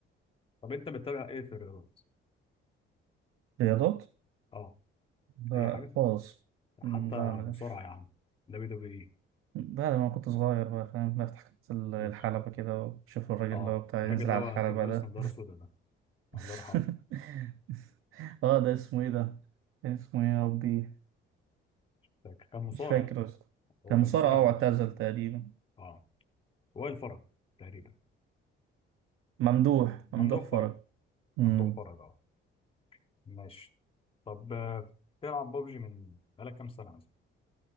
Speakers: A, on the left; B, on the right.
A: طب أنت بتتابع إيه في الرياضات؟
B: رياضات؟
A: أه
B: لا
A: أي حاجة
B: خالص
A: حتى
B: مم، لا ملاش
A: مصارعة يا عم دبليو دبليو إي
B: بعد ما كنت صغير بقى فاهم بفتح كاس الحلبة
A: ماشي
B: كده وأشوف الراجل
A: أه
B: اللي هو بتاع
A: الراجل
B: ينزل
A: اللي
B: على
A: هو
B: الحلبة
A: كان لابس
B: ده
A: نضارة سودا ده الله
B: <laughs>
A: يرحمه
B: اه ده اسمه ايه ده كان اسمه ايه يا ربي
A: فاكر. كان مصارع
B: مش فاكر اصلا
A: هو
B: كان
A: كان
B: مصارع
A: مصارع
B: اه
A: نفسه
B: واعتزل تقريبا
A: أه وائل فرج تقريبا
B: ممدوح ممدوح
A: ممدوح
B: فرج
A: فرج
B: امم
A: ممدوح فرج أه ماشي طب آه، تلعب ببجي من بقالك كام سنة مثلا؟